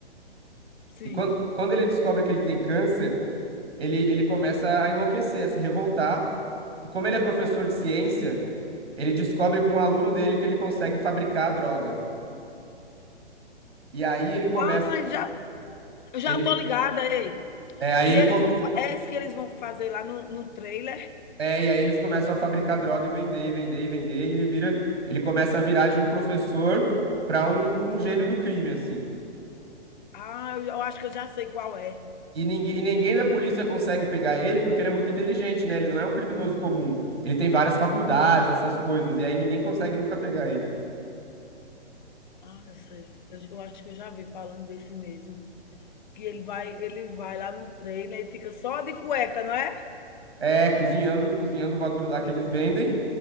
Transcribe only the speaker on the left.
sim.
Ah, já Eu já
tô ligada, ei.
Que
eles
vão, fa- é isso que eles vão fazer lá no, no trailer?
Ah, eu, eu acho que eu já sei qual é.
Ah, eu sei. Eu, eu acho que eu já vi falando desse mesmo. Que ele vai, ele vai lá no trailer e fica só de cueca, não é?